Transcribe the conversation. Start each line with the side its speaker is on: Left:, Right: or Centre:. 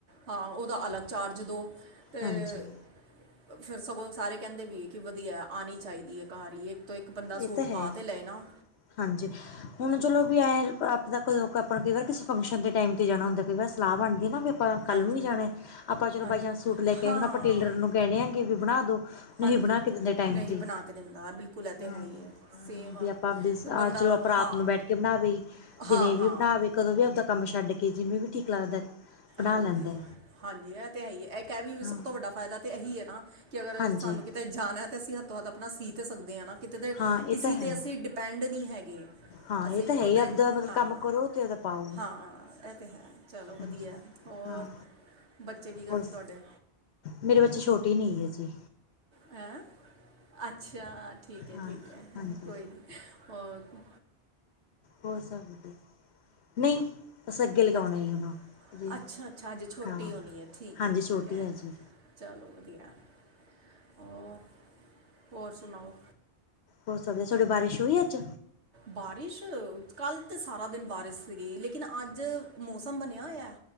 Right: ਹਾਂ ਉਹਦਾ ਅਲਗ ਚਾਰਜ ਦੋ, ਤੇ
Left: ਹਾਂਜੀ
Right: ਫਿਰ ਸਗੋਂ ਸਾਰੇ ਕਹਿੰਦੇ ਵੀ ਹੈ ਕਿ ਵਧੀਆ ਆਣੀ ਚਾਹੀਦੀ ਹੈ ਘਰ ਤੋਂ ਇੱਕ ਬੰਦਾ
Left: ਇਹ
Right: ਸੂਟ ਪਾ
Left: ਹੈ
Right: ਤਾਂ ਲਏ ਨਾ।
Left: ਹਾਂਜੀ। ਹੁਣ ਚਲੋ ਵੀ ਐਂ ਆਪ ਆਪਾਂ ਕਈ ਵਾਰ ਕਿਸੇ ਫੰਕਸ਼ਨ ਦੇ ਟਾਈਮ ਤੇ ਜਾਣਾ ਹੁੰਦਾ ਕਈ ਵਾਰ ਸਲਾਹ ਬਣਦੀ ਨਾ ਆਪਾਂ ਕੱਲ੍ਹ
Right: ਹਾਂਜੀ
Left: ਨੂੰ ਵੀ ਜਾਣਾ, ਆਪਾਂ ਚਲੋ
Right: ਹਾਂਜੀ
Left: ਬਾਾਈ ਚਾਂਸ ਸੂਟ ਲੈ ਕੇ
Right: ਹਾਂ
Left: ਆਏ ਹੁਣ ਆਪਾਂ ਟੇਲਰ ਨੂੰ ਕਹਿਣੇ ਆ ਕਿ ਵੀ ਬਣਾ ਦੋ। ਨਹੀਂ
Right: ਹਾਂਜੀ
Left: ਬਣਾ ਕੇ ਦਿੰਦੇ ਟਾਈਮ
Right: ਨਹੀਂ
Left: ਤੇ।
Right: ਬਣਾ ਦਿੰਦਾ ਬਿਲਕੁਲ ਇਹ ਤੇ
Left: ਹਾਂ
Right: ਹੈ ਹੀ ਹੈ। ਸੇਮ ਆ
Left: ਵੀ ਆਪਾਂ ਆਵਦੇ ਹਾਂ
Right: ਬੰਦਾ
Left: ਚਲੋ ਆਪਾਂ ਰਾਤ
Right: ਹਾਂ
Left: ਨੂੰ ਬੈਠ ਕੇ ਬਣਾਵੇ, ਦਿਨ
Right: ਹਾਂ
Left: ਵੀ
Right: ਹਾਂ
Left: ਬਣਾਵੇ ਕਦੋਂ ਵੀ ਆਵਦਾ ਕੰਮ ਛੱਡ ਕੇ ਜਿਵੇਂ ਵੀ ਠੀਕ ਲੱਗਦਾ। ਬਣਾ
Right: ਹਾਂਜੀ,
Left: ਲੈਂਦਾ
Right: ਹਾਂਜੀ ਇਹ ਤੇ ਹੈ ਹੀ ਇਹ ਇਹ ਵੀ
Left: ਹਾਂ
Right: ਸਭ ਤੋਂ ਵੱਡਾ ਫਾਇਦਾ ਤੇ ਇਹੀ ਹੈ ਨਾ- ਕਿ ਅਗਰ
Left: ਹਾਂਜੀ
Right: ਸਨੂੰ ਕਿਤੇ ਜਾਣਾ ਹੈ ਤਾਂ ਅਸੀਂ ਹੱਥੋਂ ਹੱਥ ਆਪਣਾ ਸੀ ਤਾਂ ਸਕਦੇ ਹਾਂ ਨਾ ਕਿਤੇ ਤੇ
Left: ਹਾਂ ਇਹ
Right: ਕਿਸੀ
Left: ਤਾਂ ਹੈ
Right: ਤੇ ਅਸੀਂ ਡੀ- ਪੈਂਡ ਨੀ ਹੈਗੇ।
Left: ਹਾਂ
Right: ਅਸੀਂ
Left: ਇਹ ਤਾਂ ਹੈ
Right: ਖੁਦ
Left: ਹੀ ਆਪਦਾ ਮਤਲਬ
Right: ਹਾਂ,
Left: ਕੰਮ ਕਰੋ ਅਤੇ ਉਹਦਾ ਪਾਓ
Right: ਹਾਂ ਇਹ ਤੇ ਹੈ ਚਲੋ ਵਧੀਆ।
Left: ਹਾਂਜੀ
Right: ਹੋਰ
Left: ਹਾਂ
Right: ਬੱਚੇ ਕੀ ਕਰਦੇ
Left: ਹੋਰ
Right: ਤੁਹਾਡੇ?
Left: ਮੇਰੇ ਬੱਚੇ ਛੋਟੀ ਨਹੀਂ ਹੈ ਨਹੀਂ ਅਜੇ।
Right: ਹੈਂ, ਅੱਛਾ ਠੀਕ ਹੈ
Left: ਹਾਂ
Right: ਠੀਕ ਹੈ
Left: ਹਾਂਜੀ
Right: ਕੋਈ ਨਹੀਂ ਓਕੇ
Left: ਹੋ ਸਕਦੀ, ਨਹੀਂ। ਬਸ ਅੱਗੇ ਲਗਾਉਣਾ
Right: ਅੱਛਾ
Left: ਜੀ ਹਨੂੰ, ਜੀ
Right: ਅੱਛਾ ਅੱਛਾ ਅਜੇ ਛੋਟੀ
Left: ਹਾਂ
Right: ਹੋਣੀ ਹੈ ਠੀਕ
Left: ਹਾਂਜੀ
Right: ਹੈ
Left: ਛੋਟੀ
Right: ਠੀਕ
Left: ਹੈ ਜੀ।
Right: ਚਲੋ ਵਧੀਆ। ਹੋਰ, ਹੋਰ ਸੁਣਾਓ।
Left: ਹੋ ਸਕਦੇ ਤੁਹਾਡੇ ਬਾਰਿਸ਼ ਹੋਈ ਅੱਜ?
Right: ਬਾਰਿਸ਼ ਕੱਲ੍ਹ ਤਾਂ ਸਾਰਾ ਦਿਨ ਬਾਰਿਸ਼ ਸੀਗੀ ਲੇਕਿਨ ਅੱਜ ਮੌਸਮ ਬਣਿਆ ਹੋਇਆ।